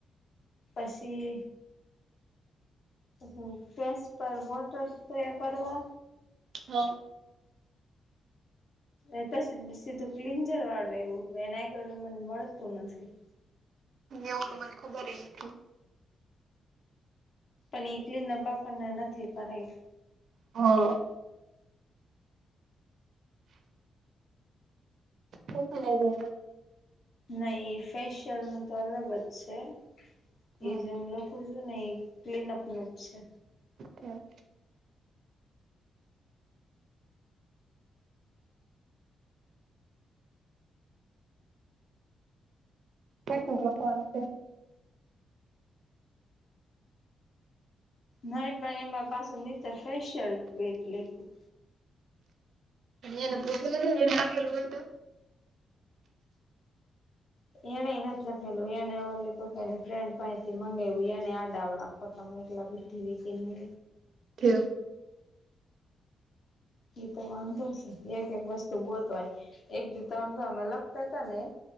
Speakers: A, on the left (about 55°); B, on the right (about 70°).
A: પછી હું કેસ પર વોટર સ્પ્રે કરવો
B: હા.
A: એ પછી સીધું ક્લિન્જર વાળવા એવું એનાય કરું મને મળતું નથી.
B: એવું તો મને ખબર એ નથી.
A: પણ ક્લીન અપ આપણ ને નથી કરાયું.
B: હા. કોક ને ભરે.
A: નહી એ ફેશિયલ નું તો અલગ જ છે,
B: હા
A: એ જેમ લખ પુછું નહી ક્લીનઅપ નું જ છે.
B: તે આ કેટલું ગોતવાનું છે.
A: નહીં પણ એમાં પાછું નીચે ફેશિયલ કીટ લખું.
B: એને પૂછી લેજો એ આપેલ હોતો.
A: એણે નથી લખેલું એને ઓલી એની ફ્રેન્ડ પાસેથી મંગાવું એને આડા સવડા ફોટા મોકલા બોલ. ઘીવીસી ને.
B: થયો.
A: એતો વાંધો છે, એક એક વસ્તુ ગોતવાની એક દિ તો આમ જો લખતાતા નેહે.